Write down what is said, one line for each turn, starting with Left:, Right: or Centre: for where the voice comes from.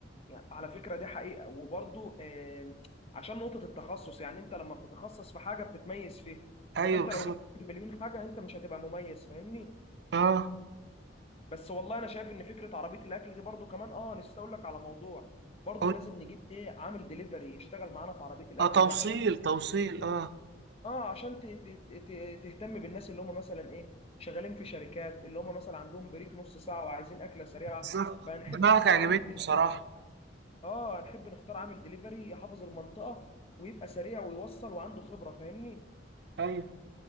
Left: يعني على فكرة دي حقيقة وبرضو آم، عشان نقطة التخصص يعني انت لما بتتخصص في حاجة بتتميز فيها
Right: أيوه
Left: انما انت
Right: بالظبط
Left: لو بتعمل مليون حاجة انت مش هتبقى مميز فاهمني
Right: أه
Left: بس والله انا شايف ان فكرة عربية الاكل دي برضو كمان اه نسيت اقول لك على موضوع برضو
Right: أقول-
Left: لازم نجيب ايه عامل ديليفري يشتغل معانا في عربية الاكل
Right: آه، توصيل
Left: دي عشان
Right: توصيل أه
Left: اه عشان ت- ت- ت- تهتم بالناس اللي هم مثلا ايه شغالين في شركات اللي هم مثلا عندهم بريك نص ساعة وعايزين أكلة سريعة
Right: بالظبط
Left: فهنحب
Right: دماغك
Left: نختار
Right: عجبتني
Left: عامل ديليفري
Right: بصراحة
Left: اه هنحب نختار عامل ديليفري يحافظ المنطقة ويبقى سريع ويوصل وعنده خبرة فاهمني
Right: ايوه